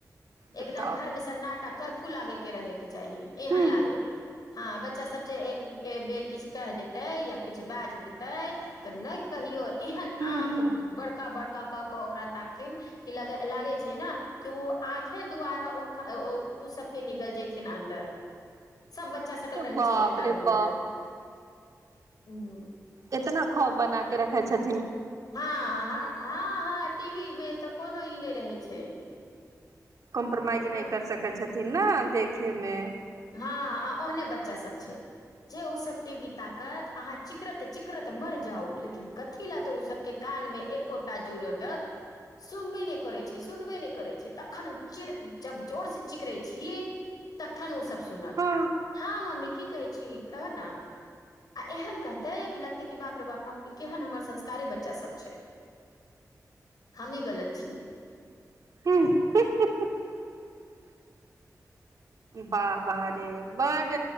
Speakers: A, on the right; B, on the left.
A: बताउ
B: एगदम घर मे सन्नाटा। करफू लागै के रहै। के चाही, एहन
A: हू
B: लागै। हाँ बच्चा सब जे एक ए बेर किछ कैह देते या किछ बाज देते ते नै कहियो। एहन
A: हू
B: आँख
A: हू
B: बड़का बड़ का का कऽ ओकरा ताकथिन कि लगे लागै छै ना कि उ आ खे द्वारा उनका अ ओ ओ उ सबके निगल जेथिन अन्दर। सब बच्चा सकल रहै
A: बाप
B: छै एकटा
A: रे
B: रूम
A: बाप
B: मे। ह्म्म।
A: एतना खौप बना के रखे छ
B: हाँ-हाँ-हाँ-हाँ टी वी मे ते कोनो ई रहै छै।
A: कॉम्परमाइज
B: बुझलहु
A: नै कर सकै छ थिन ना देखे मे।
B: हाँ आ ओहने बच्चा सब छै जे उ सब टी वी ताकत, अहाँ चिकरत चिकरत मर जाउ, लेकिन कथी लाए तऽ उ सबके कान मे एकोटा जु रेंगत सुनबै नै करै छै, सुनबै नै करै छै, तखन चीर जब जोर से चिकरै छी, तखन उ सब सुनत
A: हँ
B: हाँ मम्मी की कहै छी कहा नै अ एहन कहतै कि लगतै कि बाप रे बाप हम केहन हमर संस्कारी बच्चा सब छै, हमी गलत छी।
A: <unintelligible> वाह वाह रे, बड